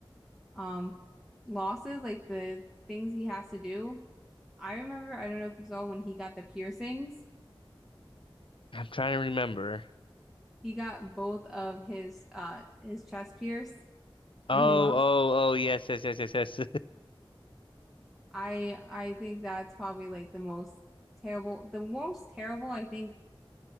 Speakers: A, in the centre; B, on the left.
A: um losses, like the things he has to do. I remember, I don't know if you saw when he got the piercings.
B: I'm trying to remember
A: He got both of his uh his chest pierced when
B: oh
A: he lost.
B: oh oh yes yes yes yes yes
A: I I think that's probably like the most terrible, the most terrible. I think